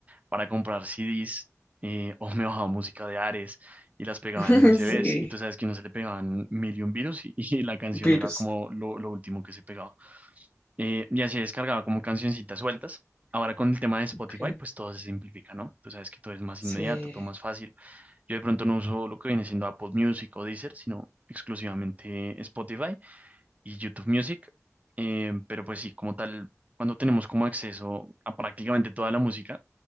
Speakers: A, on the right; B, on the left.
A: para comprar CDs eh, o me bajaba música de Ares y las pegaba
B: <laughs>
A: en USBs
B: Sí,
A: y tú sabes que no se le pegaban mil y un virus y, <laughs> y la canción
B: virus.
A: era como lo, lo último que se pegaba. Eh, y así descargaba como cancioncitas sueltas. Ahora con el tema de Spotify,
B: ok,
A: pues todo se simplifica, ¿no? Tú sabes que todo es más
B: Sí.
A: inmediato, todo más fácil. Yo de pronto no uso lo que viene siendo Apple Music o Deezer, sino exclusivamente Spotify y YouTube Music. eh, pero pues sí, como tal, cuando tenemos como acceso a prácticamente toda la música,